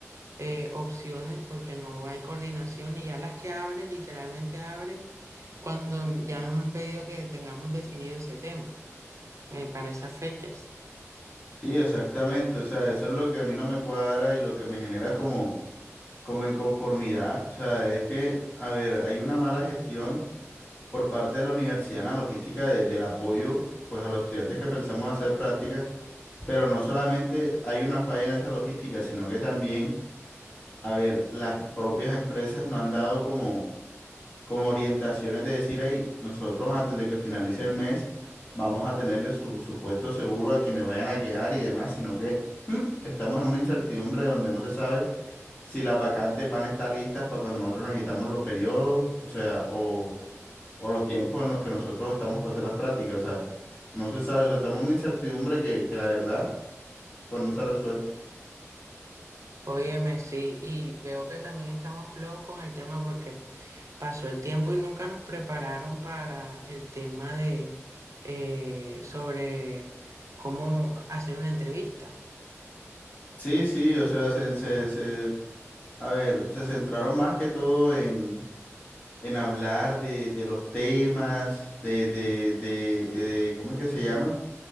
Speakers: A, on the right; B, on the left.
A: eh, opciones porque no hay coordinación y ya las que abren, literalmente abren cuando ya nos han pedido que tengamos definido ese tema eh, para esas fechas.
B: Sí, exactamente, o sea, eso es lo que a mí no me cuadra y lo que me genera como, como inconformidad, o sea, es que, a ver, hay una mala gestión por parte de la universidad en la logística de- del apoyo, pues a los estudiantes que pensamos hacer prácticas, pero no solamente hay una falla en esa logística, sino que también, a ver, las propias empresas no han dado como como orientaciones de decir, ahí, nosotros antes de que finalice el mes vamos a tenerle su, supuesto seguro a quienes vayan a quedar y demás, sino que mm, estamos en una incertidumbre donde no se sabe si las vacantes van a estar listas para cuando nosotros necesitamos los periodos, o sea, o, o los tiempos en los que nosotros estamos para hacer las prácticas, o sea, no se sabe, o sea, estamos en una incertidumbre que, que la verdad, pues no se ha resuelto.
A: Óyeme, sí, y veo que también estamos flojos con el tema porque pasó el tiempo y nunca nos prepararon para el tema de eh, sobre cómo hacer una entrevista.
B: Sí, sí, o sea, se, se, se, a ver, se centraron más que todo en... en hablar de, de los temas, de, de, de, eh, de- ¿cómo es que se llama?